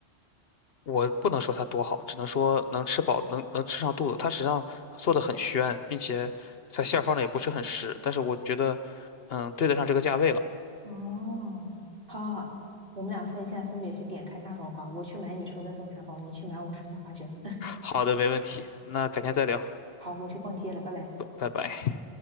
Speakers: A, on the left; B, on the right.
A: 我不能说它多好，只能说能吃饱，能能吃上肚子。它实际上做的很宣，并且它馅儿放的也不是很实，但是我觉得，嗯，对得上这个价位了。
B: 哦，好好好，我们俩分现在分别去点开大头花，我去买你说的豆沙包，你去买我说的花卷。
A: 好的，没问题，那改天再聊。
B: 好，我去逛街了，拜拜。
A: 拜拜。